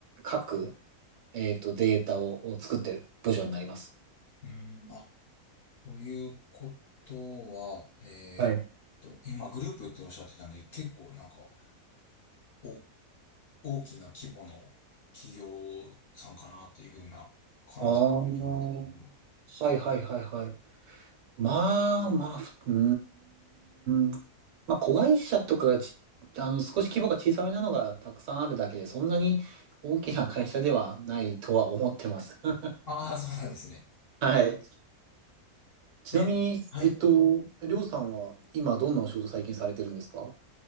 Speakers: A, on the right (about 80°); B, on the left (about 50°).
A: 書く、えっと、データを、を作ってる部署になります。
B: うーん。あ、ということは、えーっと、
A: はい。
B: 今グループっておっしゃってたんで、結構なんか、お、大きな規模の企業さんかなっていう風な感じを受けたんですけれど。
A: ああ、はいはいはいはい。まあまあ、ふうーん。まあ、子会社とかがち、あの、少し規模が小さめなのがたくさんあるだけで、そんなに大きな会社ではないとは思ってます。<laughs>
B: ああ、そうなんですね。
A: はい。ちなみに、
B: で、はい。
A: えっと、りょうさんは今どんなお仕事最近されてるんですか